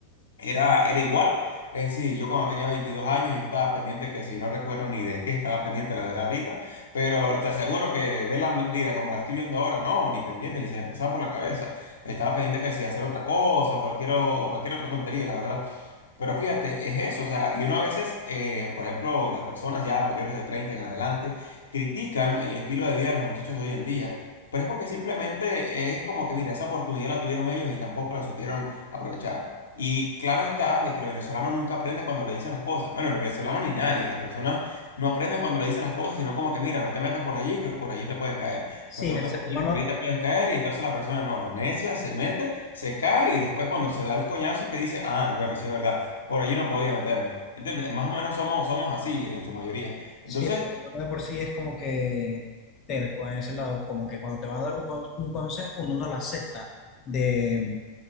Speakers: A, on the left; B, on the left.
A: Era, era igual. Es decir, yo cuando tenía 22 años, yo estaba pendiente que si no recuerdo ni de qué estaba pendiente, la verdad, ahorita, pero te aseguro que ver la vida como la estoy viendo ahora, no, ni pendiente, ni se me pasaba por la cabeza. Estaba pendiente que si hacer otra cosa, cualquier, o cualquier otra tontería, la verdad. Pero fíjate, es eso, o sea, y uno a veces, eh, por ejemplo, las personas ya mayores de 30 en adelante critican el estilo de vida de los muchachos de hoy en día, pero es porque simplemente es como que, mira, esa oportunidad la tuvieron ellos y tampoco la supieron aprovechar. Y claro está de que el venezolano nunca aprende cuando le dicen las cosas. Bueno, el venezolano ni nadie, las personas no aprenden cuando le dicen las cosas, sino como que, mira, no te metas por allí, que por allí te puedes caer,
B: Sí,
A: no te
B: el
A: metas
B: ser
A: por
B: humano,
A: allí, que por allí te puedes caer, y entonces la persona no, necia, se mete, se cae y después cuando se da el coñazo es que dice, ah, bueno, sí es verdad por allí no podía meterme. ¿Entiendes? Más o menos somos, somos así en su mayoría.
B: sí,
A: Entonces,
B: el ser humano de por sí es como que terco en ese lado, como que cuando te van a dar un, con- un consejo, uno no lo acepta de,